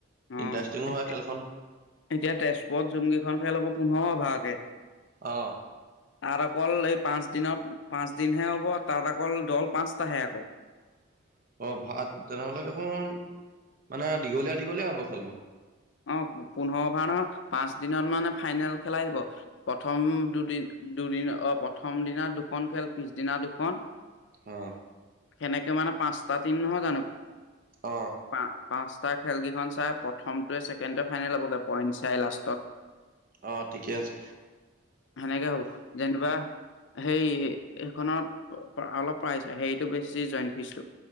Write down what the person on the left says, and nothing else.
অ',
এ-এতিয়া তেজপুৰত জোনকেইখন খেল হ'ব পোন্ধৰ অভাৰকে।
তাত অকল এই পাঁচ দিনত, পাঁচ দিনহে হ'ব। তাত অকল দল পাঁচটাহে আকৌ।
অ', পোন্ধৰ অভাৰ নহয়, পাঁচ দিনত মানে ফাইনেল খেলাই দিব। প্ৰথম দুদিন, দুদিন অ', প্ৰথম দিনা দুখন খেল, পিছদিনা দুখন
সেনেকে মানে পাঁচটা টিম নহয় জানো?
পা পাঁচটা খেলকেইখন চাই, প্ৰথমটোৱে ছেকেণ্ডৰ ফাইনেল হ'বগে পইণ্ট চাই লাষ্টত।
সেনেকে হ'ব। যেনিবা হেই, সেইখনত অ-পা- অলপ পাইছে, হেৰিতটো বেছি জইণ্ট ফিজটো।